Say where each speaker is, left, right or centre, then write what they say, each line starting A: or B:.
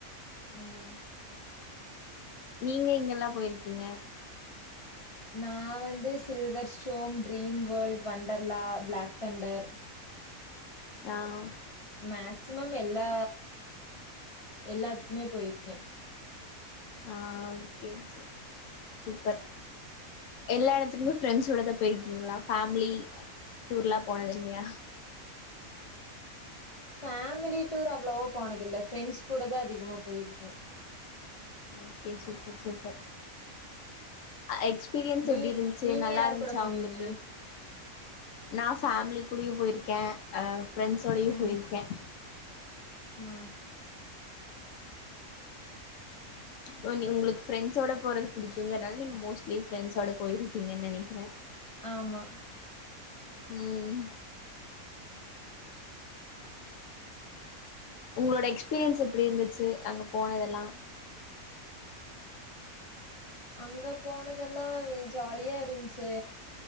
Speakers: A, on the left (about 35°); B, on the left (about 65°).
A: உம்
B: நீங்க இங்கெல்லா போயிருக்கீங்க
A: நா வந்து silver storm dream world Wonderla black thunder
B: ஆம்
A: மேக்சிமம் எல்லா எல்லாத்துக்குமே போயிருக்கேன்
B: ஆ சூப்பர் எல்லா இடத்துக்குமே ஆஹ் ஓகே ஓகே சூப்பர் எல்லா இடத்துக்குமே பிரண்ட்ஸ்சோடதா போயிருக்கீங்களா மினி டூர்லாம் போனது இல்லையா
A: ஃபேமிலி டூர் அவ்வளவோ போனதில்லை ஃப்ரெண்ட்ஸ் கூட தான் அதிகமா போயிருக்கேன்
B: ஓகே ஓகே சூப்பர் சூப்பர் எக்ஸ் எக்ஸ்பீரியன்ஸ்
A: நீ
B: எப்படி இருந்துச்சு
A: நீங்க
B: நல்லா
A: யாரு
B: இருந்துச்சா
A: கூட போனீங்க
B: உங்களுக்கு நான் ஃபேமிலி கூடயோ போயிருக்க அ பிரண்ட்ஸ்ஸோடயும்
A: ம்
B: போயிருக்கேன்
A: ஆ
B: இ நீ உங்களுக்கு ஃப்ரெண்ட்ஸோட போறது பிடிக்குங்கனால நீங்க மோஸ்ட்லி பிரரெண்ட்ஸோட போயிருக்கீங்கன்னு நினைக்கிறேன்
A: ஆமா
B: ம் உங்களோட எக்ஸ்பீரியன்ஸ் எப்படி இருந்துச்சு அங்க போனதெல்லாம்
A: அங்க போனதெல்லாம் ஜாலியா இருந்ச்சு